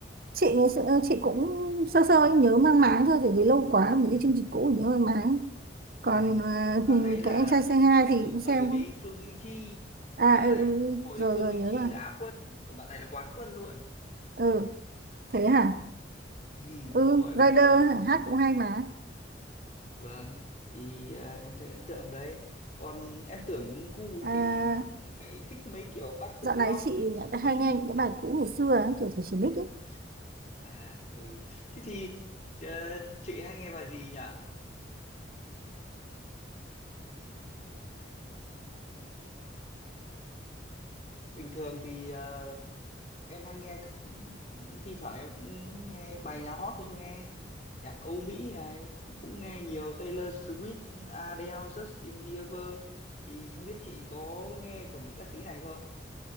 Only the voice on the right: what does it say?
chị ngày xưa ờ, chị cũng sơ sơ nhớ mang máng thôi tại vì lâu quá mấy
cái chương trình cũ nhớ mang máng còn
ờ,
cái anh trai c hai
thì
cũng
xem
à
ừ, ừ, ừ.
rồi
rồi
nhớ
rồi
ừ thế hả
ừ
Rider
hả hát cũng hay mà
à
Dạo
này
chị
lại hay nghe những cái bài cũ ngày xưa ấy, kiểu Thủy Chỉ Bích ấy.